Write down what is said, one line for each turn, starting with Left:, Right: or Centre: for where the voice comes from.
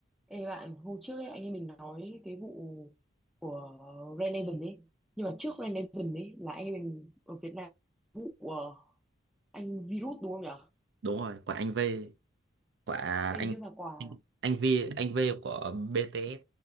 Centre: Ê bạn, hôm trước ấy, anh em mình nói cái vụ của Red Raven ấy. Nhưng mà trước Red Raven ấy là anh em mình ở Việt Nam vụ ờ, anh virus đúng không nhỉ?
Right: đúng rồi của anh V của anh
Centre: Ê, nhưng mà quả
Right: anh anh V anh V của BTS